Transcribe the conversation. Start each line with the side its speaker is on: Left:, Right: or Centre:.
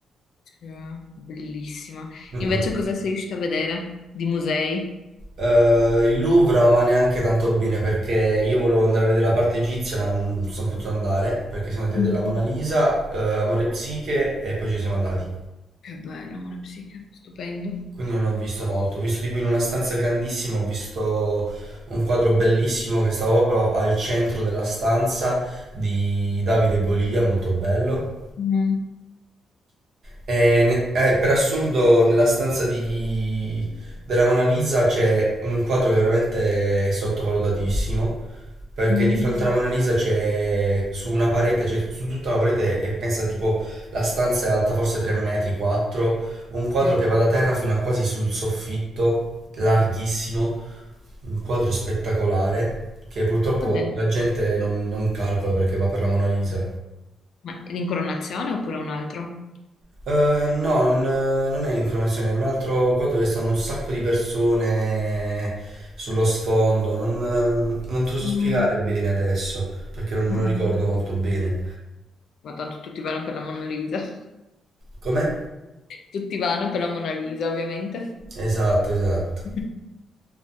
Left: Sì. Bellissima.
Right: Mm,
Left: Invece
Right: mm.
Left: cosa sei riuscita a vedere? Di musei?
Right: Eh, il Louvre non va neanche tanto bene perché io volevo andare a vedere la parte egizia, ma non sono potuto andare perché siamo andati
Left: Mm.
Right: a vedere la Mona Lisa, eh, Amore e Psiche e poi ci siamo andati.
Left: Che bello, amore psiche, stupendo.
Right: Quindi non ho visto molto. Ho visto tipo in una stanza grandissima, ho visto un quadro bellissimo che stava proprio al centro della stanza di Davide e Golia, molto bello.
Left: Mm.
Right: E ne- eh, per assurdo, nella stanza di- della Mona Lisa c'è un quadro che è veramente sottovalutatissimo. Perché
Left: Mm.
Right: di fronte alla Mona Lisa c'è su una parete, cioè su tutta la parete, e pensa tipo la stanza è alta forse 3 metri, 4, un quadro
Left: Sì.
Right: che va da terra fino a quasi sul soffitto, larghissimo, un quadro spettacolare che purtroppo
Left: Qual è?
Right: la gente non, non calcola perché va per la Mona Lisa.
Left: Ma è l'incoronazione oppure un altro?
Right: Eh, no, non, non è l'incronazione, è un altro qua dove stanno un sacco di persone sullo sfondo. Non, non te lo so
Left: Mm.
Right: spiegare bene adesso, perché non
Left: Mm.
Right: me lo ricordo molto bene.
Left: Ma tanto tutti vanno per la Mona Lisa. <laughs>
Right: Come?
Left: Tutti vanno per la Mona Lisa, ovviamente.
Right: Esatto, esatto.
Left: <laughs>